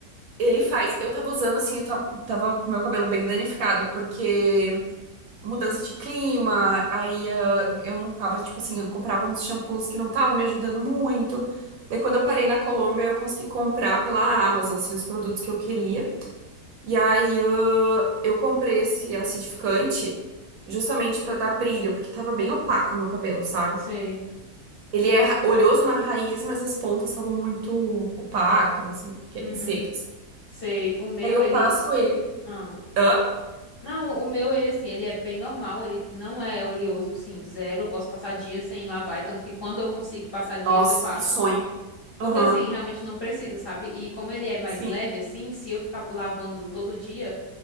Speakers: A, on the right; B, on the left.
A: Ele faz. Eu tava usando assim, eu ta- tava com meu cabelo bem danificado, porque mudança de clima, aí eh,
B: Sim,
A: eu não tava, tipo assim, eu comprava uns shampoos que não estavam me ajudando muito. Daí quando eu parei na Colômbia, eu consegui comprar pela Amazon, assim, os produtos que eu queria. E aí eh, eu comprei esse acidificante justamente pra dar brilho, porque tava bem opaco no cabelo, sabe?
B: sei.
A: Ele é ra- oleoso na raiz, mas as pontas estavam muito opacas, assim, que-
B: Uhum,
A: e secas.
B: sei. O meu,
A: Aí eu
B: ele.
A: passo ele.
B: Ah.
A: Hã?
B: Não, o meu, ele assim, ele é bem normal, ele não é oleoso, assim, zero. Eu posso passar dias sem lavar, tanto que quando eu consigo passar dias,
A: Nossa,
B: eu passo.
A: que sonho.
B: Porque
A: Aham,
B: assim, realmente não precisa, sabe? E como ele é mais
A: sim.
B: leve assim, se eu ficar lavando todo dia,